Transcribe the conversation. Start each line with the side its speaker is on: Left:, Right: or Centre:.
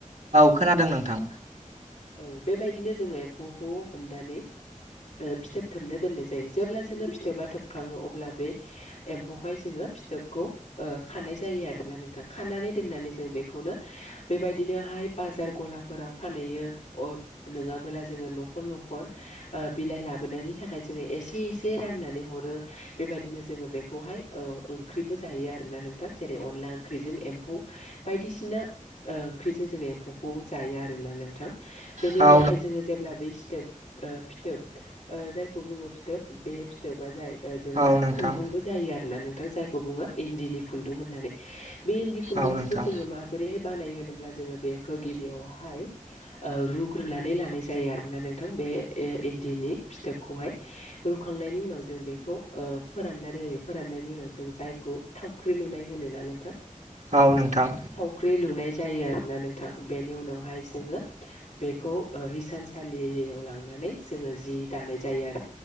Right: औ नोंथां।
Left: औ, बेबायदिनो जोङो एम्फौखौ हमनानै ओ फिथोब थोबनो दोननाय जायो। जेब्ला जों फिथोबा थोबखाङो अब्ला बे एम्फौहाय जोङो फिथोबखौ ओ खानाय जायो आरोना नों थां। खानानै दोननानै जों बेखौनो बेबायदिनोहाय बाजार गलाफोराव फानहैयो नङाबोला जोङो न'खर-न'खर ओ बिलाइ लाबोनायनि थाखाय जोङो एसे एसे रानानै होरो। बेबायदिनो जोङो बेखौहाय ओ ओंख्रिबो जायो आरोना नोंथां जेरै अनला ओंख्रिजों एम्फौ, बायदिसिना ओ ओंख्रिजों जोङो एम्फौखौ जायो आरोना नोंथां। बेनि
Right: अनला
Left: उनावहाय जोङो जेब्ला बै सिथोब ओ फिथोब ओ जायखौ बुङो फिथोब बे फिथोबा जाय ओ जोंना
Right: औ नोंथां
Left: खुन्दुंबो जायो आरोना नों थां जायखौ बुङो इन्दिनि खुन्दुं होननानै। बे इन्दि खुन्दुंखौबो
Right: औ नोंथां
Left: जोङो माबोरैहाय बानाय होनोब्ला जोङो बेखौ गि बेयावहाय ओ रुग्रोनानै लानाय जायो आरोना नोंथां बे ए इन्दिनि फिथोबखौहाय बेनि उनाव जों बेखौ फोराननानै जायो। फोराननायनि उनाव जों जायखौ थावख्रि लुनाय होनोना नोंथां।
Right: औ नोंथां
Left: थावख्रि लुनाय जायो आरोना नोंथां बेनि उनावहाय जोङो बेखौ हिसानसालियाव लांनानै जोङो जि दानाय जायो आरो।